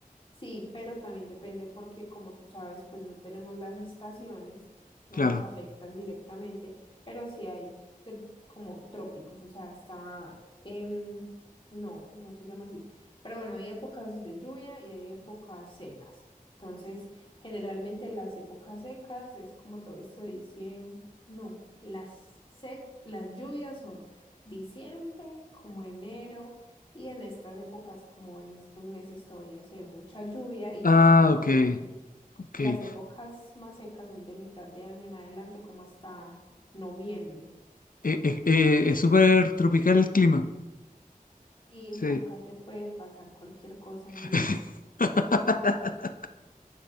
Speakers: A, on the left; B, on the left.
A: Sí, pero también depende porque, como tú sabes, pues no tenemos las estaciones, no
B: claro.
A: nos afectan directamente, pero sí hay tr- como trópicos, o sea, está, em, no, no se llama así, pero bueno, hay épocas de lluvia y hay épocas secas. Entonces, generalmente las épocas secas es como todo esto de diciembre, no, las, sec- las lluvias son diciembre, como enero. Y en estas épocas, como en estos meses, todavía se ve mucha lluvia y
B: Ah,
A: ya como que
B: ok,
A: mm,
B: ok.
A: las
B: Eh,
A: épocas más secas son de mitad de año en adelante, como hasta noviembre.
B: eh, eh, es súper tropical el clima.
A: Y
B: Sí.
A: acá te puede pasar cualquier cosa
B: <laughs>
A: en un día.